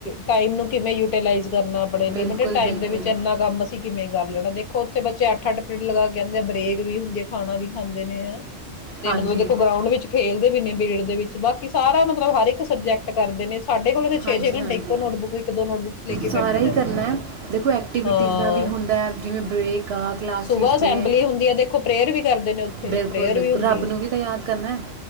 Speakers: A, on the left; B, on the right.
A: ਟਾਈਮ ਨੂੰ ਕਿਵੇਂ ਯੂਟੀਲਾਈਜ਼ ਕਰਨਾ ਆਪਣੇ ਲਿਮਿਟਿਡ
B: ਬਿਲਕੁਲ,
A: ਟਾਈਮ
B: ਬਿਲਕੁਲ।
A: ਦੇ ਵਿੱਚ ਇੰਨਾ ਕੰਮ ਅਸੀਂ ਕਿਵੇਂ ਕਰ ਲੈਣਾ ਦੇਖੋ ਉੱਥੇ ਬੱਚੇ ਅੱਠ ਅੱਠ ਲਗਾ ਕੇ ਆਹਦੇ ਆ ਬਰੇਕ ਵੀ ਹੁੰਦੀ ਆ ਖਾਣਾ ਵੀ ਖਾਂਦੇ ਨੇ ਆ ਤੇ
B: ਹਾਂਜੀ,
A: ਮਤਲਬ ਦੇਖੋ ਗਰਾਊਂਡ ਵਿੱਚ ਪੀਅ ਦੇ ਵਿੱਚ ਬਾਕੀ ਸਾਰਾ ਮਤਲਬ ਹਰ ਇੱਕ ਸਬਜੈਕ ਕਰਦੇ ਨੇ ਸਾਡੇ ਕੋਲ ਤਾਂ
B: ਹਾਂਜੀ
A: ਛੇ-ਛੇ ਘੰਟੇ
B: ਹਾਂਜੀ
A: ਇੱਕੋ ਨੋਟਬੁੱਕ ਇੱਕ ਦੋ ਨੋਟਬੁੱਕਸ ਲੈ ਕੇ ਬੈਠੇ
B: ਸਾਰਾ ਹੀ
A: ਰਹਿੰਦੇ
B: ਕਰਨਾ ਦੇਖੋ ਐਕਟੀਵਿਟੀਜ਼
A: ਹਾਂ
B: ਦਾ ਵੀ ਹੁੰਦਾ ਜਿਵੇਂ ਬ੍ਰੇਕ ਆ ਕਲਾਸਿਸ
A: ਸੁਬਾਹ ਅਸੈਂਬਲੀ
B: ਨੇ
A: ਹੁੰਦੀ ਆ ਦੇਖੋ ਪ੍ਰੇਅਰ ਵੀ ਕਰਦੇ ਨੇ ਉੱਥੇ
B: ਬਿਲਕੁਲ
A: ਪ੍ਰੇਅਰ
B: ਬਿਲਕੁਲ
A: ਵੀ ਹੁੰਦੀ
B: ਰੱਬ
A: ਹੈ
B: ਨੂੰ ਵੀ ਤਾਂ ਯਾਦ ਕਰਨਾ